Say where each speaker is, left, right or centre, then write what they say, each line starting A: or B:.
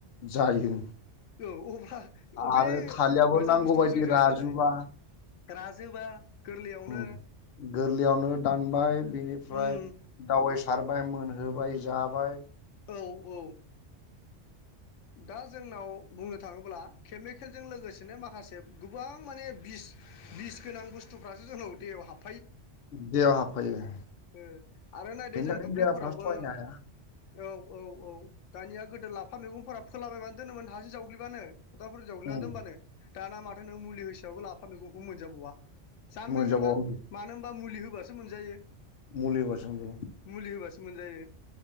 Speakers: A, on the left (about 60°); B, on the left (about 85°).
A: जायो।
B: औ अब्ला अबे
A: आरो थालियाबो
B: मोजां
A: नांगौबायदि
B: बुस्थुखौ जों जायो
A: राजुबा
B: दालाय? राजोबा गोरलैयावनो
A: उम गोरलैयावनो दानबाय बिनिफ्राय
B: उम
A: दावेस सारबाय मोनहोबाय जाबाय।
B: औ औ। दा जोंनाव बुंनो थांङोब्ला केमिकेलजों लोगोसेनो माखासे गोबां माने बिस बिस गोनां बुस्थुफ्रासो जोंनाव दैेहायाव हाब
A: देहायाव हाबफायो।
B: ओ आरो नायदो
A: बेनि
B: जों
A: थाखायनो
B: दुब्लिफोरावबो
A: देहाफ्रा सहायनो हाया
B: औ औ औ दानिया गोदो लाफा मैगंफोरा फोलाबायबानो दोनोमोन हाजों जावग्लिबानो। खदालफोर जावग्लिना
A: उम
B: दोनबानो। दाना माथो नों मुलि होसेयावबो लाफा मैगंखौ मोनजाबावा। जानो
A: मोनजाबावो
B: नागेरला मानो होमबा मुलि होबासो मोनजायो।
A: मुलि होबासो मोनजायो।
B: मुलि होबासो मोनजायो।